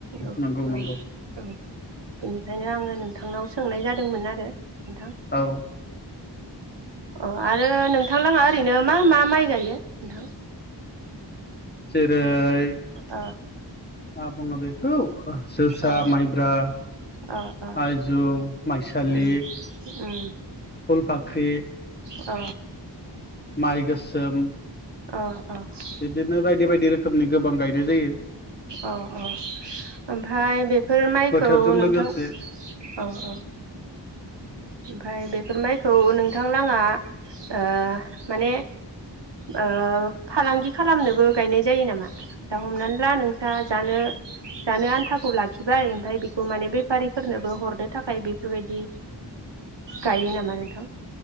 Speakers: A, on the right; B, on the left.
A: औ
B: नंगौ
A: औ
B: नंगौ
A: औ बेनिखायनो आङो नोंथांनाव सोंनाय जादोंमोन आरो। नोंथां
B: औ
A: अ आरो नोंथां लाङा ओरैनो मा मा माइ गायो नोंथां?
B: जेरै
A: अ
B: मा बुङो बेखौ जोसा
A: अ
B: माइब्रा
A: अ अ
B: आइजुं माइसालि
A: उम उम
B: फुलपाख्रि
A: अ
B: माइ गोसोम
A: अ अ
B: बिदिनो बायदि बाय दि रोखोमनि गोबां गायनाय जायो।
A: अ अ ओमफ्राय बेफोर माइखौ
B: बोथोरजों लोगोसे
A: नोंथां औ औ ओमफ्राय बेफोर माइ खौ नोंथांलाङा ओ माने ओ फालांगि खालामनोबो गायनाय जायो नामा दा हमनानै ला नोंस्रा जानो जानो आन्थाखौ लाखिबाय ओमफ्राय बेखौ माने बेफारिफोरनोबो हरनो थाखाय बेफोरबायदि गायो नामा नोंथां